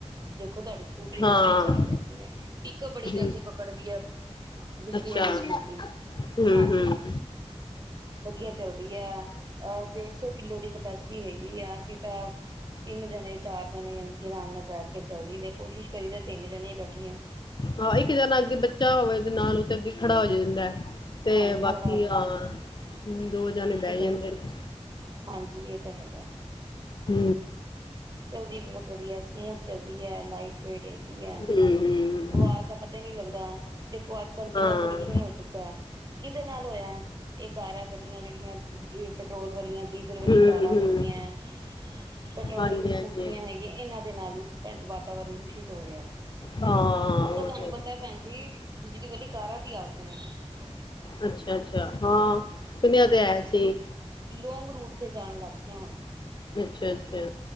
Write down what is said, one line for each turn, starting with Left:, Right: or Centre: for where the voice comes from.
Right: ਦੇਖੋ ਤੁਹਾਡੀੇ ਸਕੂਟਰੀ
Left: ਹਾਂ
Right: ਨਾਲ ਹੀ ਚੱਲ
Left: ਹਮ
Right: ਪੈਂਦੀ ਏ। ਪਿਕ ਬੜੀ ਜਲਦੀ
Left: ਹਮ
Right: ਪਕੜਦੀ ਏ। ਬਿਜਲੀ
Left: ਅੱਛਾ
Right: ਵਾਲੀ ਸਕੂਟਰੀ,
Left: ਹਮ
Right: ਹਾਂਜੀ
Left: ਹਮ
Right: ਵਧੀਆ ਚਲਦੀ ਹੈ। ਅ ਡੇਢ ਸੌ ਕਿੱਲੋ ਦੀ ਕਪੈਸਿਟੀ ਹੈਗੀ ਆ ਅਸੀਂ ਤਾਂ, ਤਿੰਨ ਜਣੇ ਚਾਰ ਜਨੇ ਯਾਨੀ ਕਿ ਅਰਾਮ ਨਾਲ ਬੈਠ ਕੇ ਚਲਦੀ ਕੋਸ਼ਿਸ਼ ਕਰੀ ਦਾ ਤਿੰਨ ਜਨੇ ਈ ਬੈਠੀ ਏ।
Left: ਹਾ ਇੱਕ ਜਾਣਾ ਅੱਗੇ ਬੱਚਾ ਹੋਵੇ ਤੇ ਨਾਲ ਉਹ ਤੇ ਅੱਗੇ ਖੜਾ ਹੋ ਜਾਂਦਾ। ਤੇ
Right: ਹਾਂਜੀ
Left: ਬਾਕੀ
Right: ਖੜਾ ਹੋ ਜਾਂਦਾ
Left: ਆ ਹ ਦੋ ਜਾਣੇ
Right: ਪਿੱਛੇ
Left: ਬਹਿ
Right: ਬੈਠ
Left: ਜਾਂਦੇ
Right: ਜਾਂਦਾ
Left: ਨੇ।
Right: ਹਾਂਜੀ ਇਹ ਹੈਗਾ
Left: ਹੁ।
Right: ਚਲਦੀ ਬਹੁਤ ਵਧੀਆ ਸਮੂਥ ਚਲਦੀ ਏ ਲਾਈਟ ਵੇਟ ਹੈਗੀ ਏ।
Left: ਹਮ
Right: ਵਾਜ਼ ਦਾ ਪਤਾ ਹੀ ਨਹੀਂ ਲੱਗਦਾ, ਦੇਖੋ ਅੱਜ ਕੱਲ੍ਹ ਕਿੰਨਾ
Left: ਹਾਂ
Right: ਪੋਲਿਊਸ਼ਨ ਹੋ ਚੁੱਕਾ ਏ। ਕਿਹਦੇ ਨਾਲ ਹੋਇਆ, ਇਹ ਕਾਰਾ ਗੱਡੀਆਂ ਜਿਹੜੀਆਂ ਪੈਟਰੋਲ ਵਾਲੀਆਂ ਡੀਜ਼ਲ ਵਾਲੀ
Left: ਹਮ ਹਮ
Right: ਕਾਰਾਂ ਹੈਗੀਆਂ, ਪੈਟਰੋਲ
Left: ਹਾਂਜੀ
Right: ਵਾਲੀ
Left: ਹਾਂਜੀ
Right: ਸਕੂਟਰੀਆਂ ਹੈਗੀਆਂ ਇਹਨਾਂ ਦੇ ਨਾਲ ਈ, ਪੈ ਵਾਤਾਵਰਨ ਦੂਸ਼ਿਤ ਤੋਰਿਆ
Left: ਹਾਂ
Right: ਹੁਣ
Left: ਉਹ
Right: ਤਾਂ ਤੁਹਾਨੂੰ
Left: ਤੇ
Right: ਪਤਾ ਭੈਨ ਜੀ ਬਿਜਲੀ ਵਾਲੀ ਕਾਰਾਂ ਵੀ ਆ ਗਈਆਂ।
Left: ਅੱਛਾ ਅੱਛਾ ਹਾਂ ਸੁਨਿਆ ਤੇ ਹੈ ਸੀ।
Right: ਲੋਂਗ ਰੂਟ ਤੇ ਜਾਣ ਲੱਗ ਗਈਆਂ ਹੁਨ।
Left: ਅੱਛਾ ਅੱਛਾ।